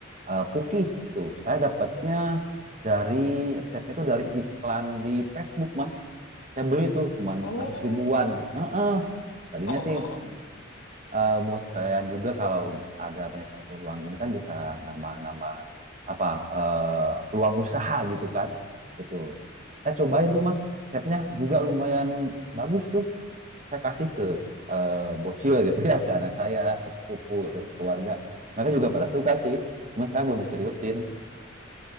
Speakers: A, on the right (about 35°); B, on the left (about 75°).
A: eh, pukis tuh saya dapatnya dari resepnya tuh dari iklan di Facebook mas saya beli tuh cuman
B: oh
A: 100 ribuan Eh, eh. tadinya
B: oh, oh,
A: sih
B: oh. oh.
A: eh, mau sekalian juga kalau ada banyak waktu luang gini kan bisa nambah-nambah apa eh, peluang usaha gitu kan itu saya cobain tuh mas resepnya juga lumayan bagus tuh saya kasih ke eh, bocil gitu ya ke anak saya ke sepupu gitu, ke keluarga mereka juga pada suka sih cuma sekarang belum diseriusin